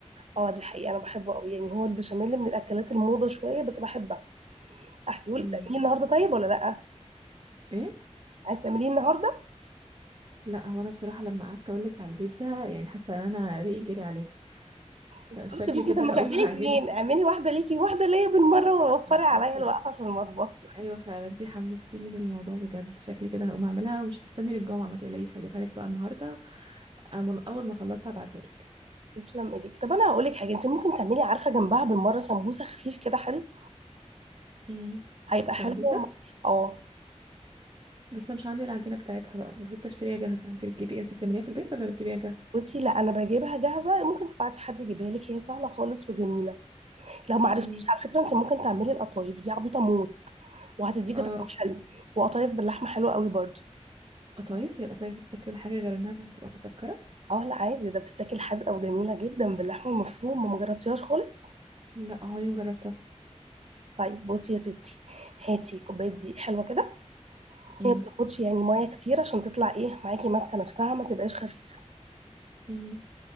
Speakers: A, on the right; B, on the right.
A: اه دي حقيقه انا بحبه قوي يعني هو البشاميل من الاكلات الموضه شويه بس بحبها احكيهولك
B: مم.
A: تعمليه النهارده طيب ولا لا
B: ايه
A: عايز تعمليه النهارده
B: لا هو انا بصراحه لما قعدت اقول لك على البيتزا يعني حاسه ان انا ريقي جري عليها فشكلي
A: بس يا بنتي
B: كده
A: طب ما
B: هقوم
A: تعملي
B: <laughs> اعجن
A: اتنين اعملي واحدة ليكي واحدة ليا بالمرة ووفري
B: مم.
A: عليا
B: صد-
A: الوقفة في المطبخ
B: ايوه فعلا انت حمستيني للموضوع بجد شكلي كده هقوم اعملها ومش هتستني للجمعه ما تقلقيش هجيبها لك بقى النهارده أمر- اول ما اخلصها هبعتها لك
A: تسلم ايديك طب انا هقول لك حاجة انت ممكن تعملي عارفة جنبها بالمرة سمبوسة خفيف كده حلو
B: مم.
A: هيبقى
B: سمبوسه
A: حلو اه
B: بس مش عندي العجينة بتاعتها بقى المفروض بشتريها جاهزة انتي بتجيبي ايه؟ انتي بتعمليها في البيت ولا بتجيبيها جاهزة
A: بصي لا انا بجيبها جاهزة ممكن تبعتي حد يجيبها لك هي سهلة خالص وجميلة لو ما عرفتيش
B: مم.
A: على فكرة انت ممكن تعملي القطايف دي عبيطة موت وهتديكي
B: اه
A: طعم حلو وقطايف باللحمة حلوة قوي برضو
B: قطايف هي القطايف بتتاكل حاجة غير انها بتبقى مسكرة
A: اه لا عايزة ده بتتاكل حادقة وجميلة جدا باللحمة المفرومة ما مجربتيهاش خالص
B: لا عمري ما جربتها
A: طيب بصي يا ستي هاتي كوباية دقيق حلوة كده
B: مم.
A: هي ما بتاخدش يعني ميه كتير عشان تطلع ايه معاكي ماسكه نفسها ما تبقاش خفيفه
B: مم.